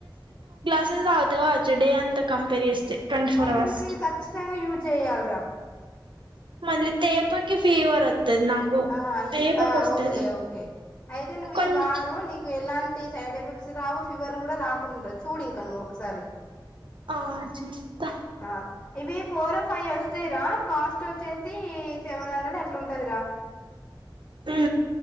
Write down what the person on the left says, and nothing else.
అయితే
నువ్వు ఇది ఖచ్చితంగా యూజ్ చేయ్యాలరా
ఆ
ఆ
ఓకే ఓకే అయితే నువ్వు
ఇది వాడు నీకు ఎలాం టి సైడ్ ఎఫెక్ట్స్ రావు ఫీవర్ కూడా రాకుండ చూడు ఇంకా నువ్వు ఒకసారి
ఆ ఇవి ఫోర్ ఫైవ్ వస్తాయిరా కాస్ట్ వచ్చేసి సెవెన్ హండ్రెడ్ అట్ల ఉంటదిరా త